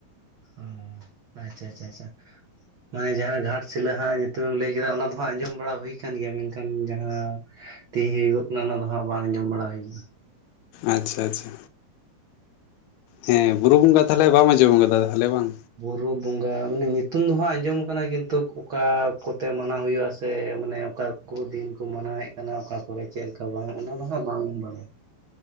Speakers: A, on the right (about 80°); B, on the left (about 85°).
A: ᱚ ᱟᱪᱪᱷᱟ ᱟᱪᱪᱷᱟ ᱟᱪᱪᱷᱟ ᱢᱟᱱᱮ ᱡᱟᱦᱟᱸ ᱜᱷᱟᱴ ᱥᱤᱞᱟᱹ ᱦᱟᱸᱜ ᱧᱩᱛᱩᱢ ᱮᱢ ᱞᱟᱹᱭ ᱠᱮᱫᱟ ᱚᱱᱟ ᱫᱚ ᱦᱟᱸᱜ ᱟᱸᱡᱚᱢ ᱵᱟᱲᱟ ᱦᱩᱭ ᱠᱟᱱ ᱜᱮᱭᱟ ᱢᱮᱱᱠᱷᱟᱱ ᱡᱟᱦᱟᱸ ᱛᱤᱥ ᱦᱩᱭᱩᱜᱚᱜ ᱠᱟᱱᱟ ᱚᱱᱟ ᱫᱚ ᱦᱟᱸᱜ ᱵᱟᱝ ᱟᱸᱡᱚᱢ ᱵᱟᱲᱟ ᱦᱩᱭ ᱟᱠᱟᱱᱟ
B: ᱟᱪᱪᱷᱟ ᱟᱪᱪᱷᱟ ᱦᱮᱸ ᱵᱩᱨᱩ ᱵᱚᱸᱜᱟ ᱛᱟᱦᱚᱞᱮ ᱵᱟᱢ ᱟᱸᱡᱚᱢ ᱠᱟᱫᱟ ᱛᱟᱦᱚᱞᱮ ᱵᱟᱝ
A: ᱵᱩᱨᱩ ᱵᱚᱸᱜᱟ ᱢᱟᱱᱮ ᱧᱩᱛᱩᱢ ᱫᱚ ᱦᱟᱸᱜ ᱟᱸᱡᱚᱢ ᱟᱠᱟᱱᱟ ᱠᱤᱱᱛᱩ ᱚᱠᱟ ᱠᱚᱛᱮ ᱢᱟᱱᱟᱣ ᱦᱩᱭᱩᱜᱼᱟ ᱥᱮ ᱢᱟᱱᱮ ᱚᱠᱟ ᱠᱚ ᱫᱤᱱ ᱠᱚ ᱢᱟᱱᱟᱣᱮᱫ ᱠᱟᱱᱟ ᱚᱠᱟ ᱠᱚᱨᱮ ᱪᱮᱫ ᱞᱮᱠᱟ ᱵᱟᱝ ᱚᱱᱟ ᱫᱚ ᱦᱟᱸᱜ ᱵᱟᱝ ᱵᱟᱲᱟᱭᱟ